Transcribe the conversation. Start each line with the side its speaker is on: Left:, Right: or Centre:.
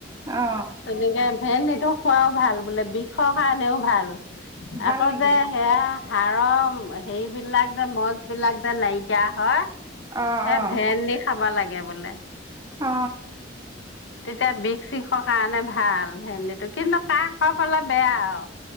Right: অ
Left: তেনেকে ভেন খোৱাও ভাল বোলে বিষৰ কাৰণেও ভাল।
Right: ভাল
Left: আকৌ
Right: নেকি
Left: যে সেয়া হাৰৰ হেৰিবলাক যে মছ বিলাক যে নাইকিয়া হয়।
Right: অ
Left: ভে
Right: অ
Left: ভেণ্ডি খাবা লাগে। বোলে।
Right: অ',
Left: তেতিয়া বিষ-চিষৰ কাৰণে ভাল ভেন্দিটো কিন্তু কাহ-কফ হ'লে বেয়া আৰু।